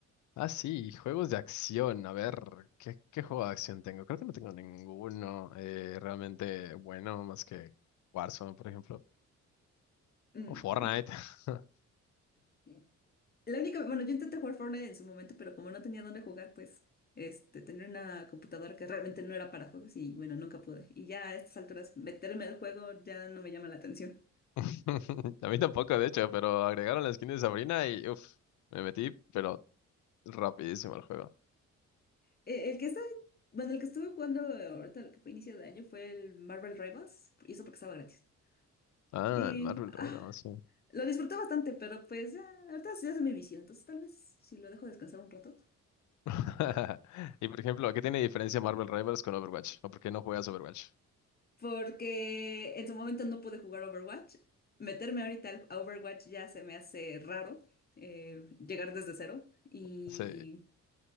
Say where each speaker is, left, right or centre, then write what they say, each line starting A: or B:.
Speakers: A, on the left; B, on the left.
A: Ah, sí, juegos de acción. A ver, ¿qué, qué juego de acción tengo? Creo que no tengo ninguno eh, realmente bueno, más que Warzone, por ejemplo,
B: Mm,
A: o Fortnite. <laughs>
B: eh. La única, bueno, yo intenté jugar Fortnite en su momento, pero como no tenía dónde jugar, pues, este, tenía una computadora que realmente no era para juegos y bueno, nunca pude. Y ya a estas alturas, meterme al juego ya no me llama la atención.
A: <laughs> A mí tampoco, de hecho, pero agregaron la skin de Sabrina y uff, me metí, pero rapidísimo al juego.
B: Eh, el que está, bueno, el que estuve jugando ahorita, lo que fue inicio de año, fue el Marvel Rivals, y eso porque estaba gratis.
A: Ah,
B: Y,
A: el Marvel
B: ah,
A: Rivals, sí.
B: lo disfruté bastante, pero pues, ya, ahorita ya se me vició, entonces tal vez si lo dejo descansar un rato.
A: <laughs> Y por ejemplo, ¿qué tiene diferencia Marvel Rivals con Overwatch? ¿O por qué no juegas Overwatch?
B: porque en su momento no pude jugar Overwatch. Meterme ahorita al- a Overwatch ya se me hace raro eh, llegar desde cero y,
A: Sí.